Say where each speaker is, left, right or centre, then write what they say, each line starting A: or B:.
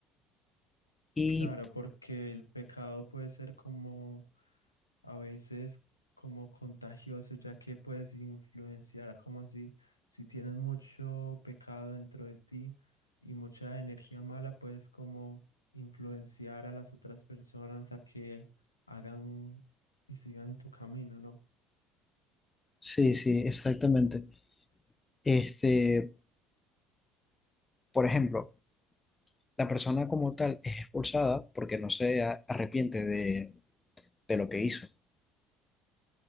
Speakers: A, on the left; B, on the left.
A: Y
B: Claro, porque el pecado puede ser como a veces como contagioso, ya que puedes influenciar como si, si tienes mucho pecado dentro de ti y mucha energía mala, puedes como influenciar a las otras personas a que hagan y sigan tu camino, ¿no?
A: sí, sí, exactamente. Este, por ejemplo, la persona como tal es expulsada porque no se a- arrepiente de, de lo que hizo.